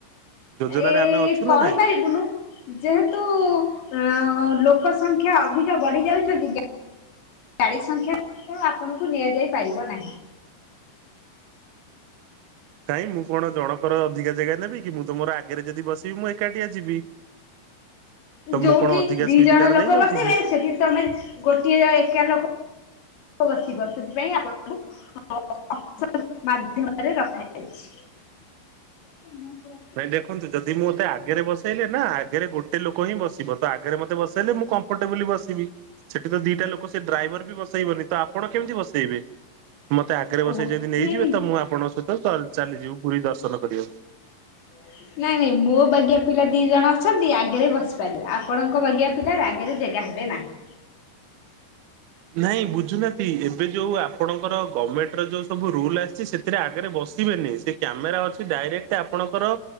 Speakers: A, on the right (about 80°); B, on the left (about 65°).
A: ଯୋଜନାରେ
B: ଏ
A: ଆମେ ଅଛୁ
B: କହିପାରିବୁନୁ।
A: ନା ନାଇଁ?
B: ଯେହେତୁ-ଉ-ଅ- ଅ ଲୋକ ସଂଖ୍ୟା ଅଧିକ ବଢି ଯାଉଛନ୍ତି। ଗାଁ ଗାଡ଼ି ସଂଖ୍ୟା <inaudible> ଆପଣଙ୍କୁ ନିଆଯାଇ ପାରିବ ନାହିଁ।
A: କାଇଁ, ମୁଁ କଣ ଜଣକର ଅଧିକା ଜାଗା ନେବି କି? ମୁଁ ତମର ଆଗରେ ଯଦି ବସିବି, ମୁଁ ଏକାଟିଆ ଯିବି। ତ
B: ଯୋଉଠି
A: ମୁଁ କଣ ଅଧିକା
B: ଦି
A: ସିଟ୍
B: ଜଣ
A: କାର
B: ଲୋକ
A: ନେଇଯାଉଛି
B: ବସିବେ,
A: କି?
B: ସେଠି ତମେ ଗୋଟିଏ ବା ଏକା ଲୋକ ବସିବ ସେଥିପାଇଁ ଆପଣଙ୍କୁ <unintelligible> <unintelligible> ମାଧ୍ୟମରେ ରଖାଯାଇଛି। ମୁଁ ପୁରା
A: ନାଇଁ ଦେଖନ୍ତୁ ଯଦି ମୋତେ ଆଗରେ ବସେଇଲେ ନା ଆଗରେ ଗୋଟେ ଲୋକ ହିଁ ବସିବ ତ ଆଗରେ ମୋତେ ବସଇଲେ ମୁଁ କ ଏପଟେ ବୁଲି ବସିବି ସେଠି ତ ଦିଟା ଲୋକ ସେ ଡ୍ରାଇଭର ବି ବସେଇବନି ତ ଆପଣ କେମିତି ବସେଇବେ। ମୋତେ ଆଗରେ
B: ଓହୋ
A: ବସେଇ ଯଦି ନେଇଯିବେ
B: ନାଇଁ ନାଇଁ
A: ତ ମୁଁ ଆପଣଙ୍କ ସହିତ ଚ ଚାଲିଯିବି ପୁରୀ ଦର୍ଶନ କରିବାକୁ।
B: <unintelligible> ନାଇଁ ନାଇଁ ମୋ ବାଗିଆ ପିଲା ଦି ଜଣ ଅଛନ୍ତି ଆଗରେ ବସିପାରିବେ ଆପଣଙ୍କ ବାଗିଆ ପିଲା ଆଗରେ ଜେଗା ହେବେ ନାହିଁ।
A: ନାଇଁ ବୁଝୁନାହାନ୍ତି ଏବେ ଯୋଉ ଆପଣଙ୍କର ଗମେଣ୍ଟ ର ଯୋଉ ସବୁ ରୁଲ୍ ଆସିଛି ସେ ସେଥିରେ ଆଗରେ ବସିବେନି ସେ କ୍ୟାମେରା ଅଛି ଡାଇରେକ୍ଟ ଆପଣଙ୍କର